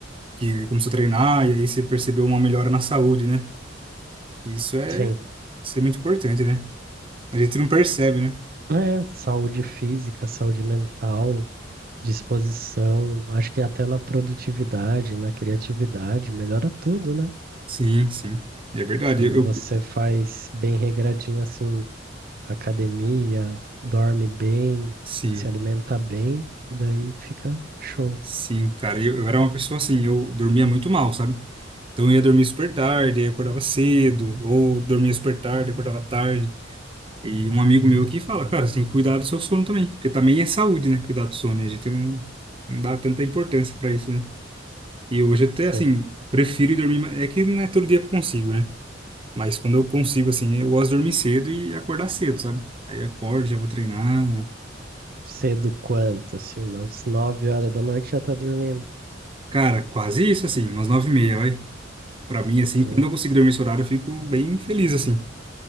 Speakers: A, on the right; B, on the right.
A: que começou a treinar e aí você percebeu uma melhora na saúde, né? E Isso é
B: sim.
A: isso é muito importante, né? A gente não percebe, né?
B: É, saúde física, saúde mental, disposição, acho que até na produtividade, na criatividade, melhora tudo, né?
A: Sim, sim. É verdade.
B: Quando
A: Eu, eu-
B: você faz bem regradinho assim, academia, dorme bem,
A: sim,
B: se alimenta bem, daí fica show.
A: sim, cara. Eu, eu era uma pessoa assim, eu dormia muito mal, sabe? Então eu ia dormir super tarde, aí eu acordava cedo, ou dormia super tarde, acordava tarde. E um amigo meu aqui fala, cara, você tem que cuidar do seu sono também, porque também é saúde, né? Cuidar do sono, e a gente não, não dá tanta importância pra isso, né? E hoje até,
B: Sim.
A: assim, prefiro ir dormir, mais- é que não é todo dia que eu consigo, né? Mas quando eu consigo, assim, eu gosto de dormir cedo e acordar cedo, sabe? Aí eu acordo, já vou treinar.
B: Cedo quanto, assim, umas nove horas da noite já tá dormindo,
A: Cara, quase isso, assim, umas nove e meia, vai. Pra mim, assim,
B: né?
A: quando eu consigo dormir esse horário, eu fico bem feliz, assim.